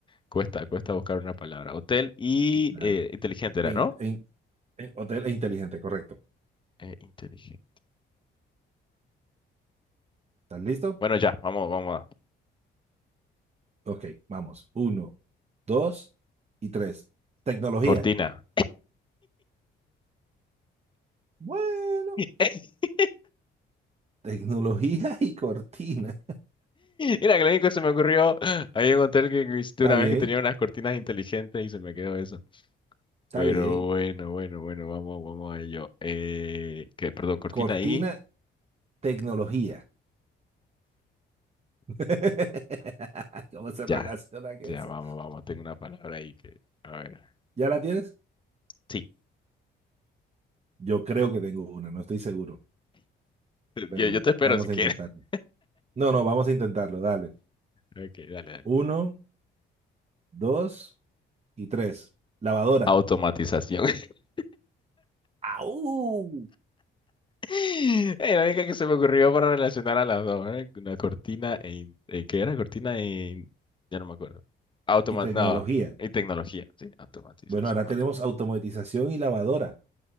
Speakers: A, on the left; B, on the right.
A: cuesta, cuesta buscar una palabra. Hotel y
B: Claro.
A: eh, inteligente era,
B: E,
A: ¿no?
B: in- e in- e- hotel e inteligente, correcto.
A: Eh, inteligente.
B: ¿Estás listo?
A: Bueno, ya, vamos, vamos a.
B: Ok, vamos. Uno, dos y tres. Tecnología.
A: Cortina.
B: Bueno,
A: <laughs>
B: <laughs> tecnología y cortina.
A: Mira, que lo único que se me ocurrió, había un hotel que visité
B: Está
A: una
B: bien,
A: vez que tenía unas cortinas inteligentes y se me quedó eso.
B: está
A: Pero
B: bien.
A: bueno, bueno, bueno, vamos, vamos a ello. Eh, que, perdón, cortina
B: Cortina,
A: ahí.
B: tecnología. <laughs> ¿Cómo se
A: Ya,
B: relaciona que
A: ya,
B: eso?
A: vamos, vamos. Tengo una palabra ahí que. A ver.
B: ¿Ya la tienes?
A: Sí,
B: Yo creo que tengo una, no estoy seguro,
A: <laughs>
B: pero
A: yo, yo te espero
B: vamos
A: si quieres.
B: a intentarlo.
A: <laughs>
B: No, no, vamos a intentarlo, dale.
A: Ok, dale, dale.
B: Uno. Dos y tres. Lavadora
A: Automatización. <laughs>
B: ¡Au!
A: Eh, la única que se me ocurrió para relacionar a las dos, ¿eh? Una cortina e... in- eh, ¿Qué era? Cortina e... in- Ya no me acuerdo. Automa...
B: y tecnología.
A: No, y tecnología, sí, automatización.
B: Bueno, ahora tenemos
A: ok.
B: automatización y lavadora.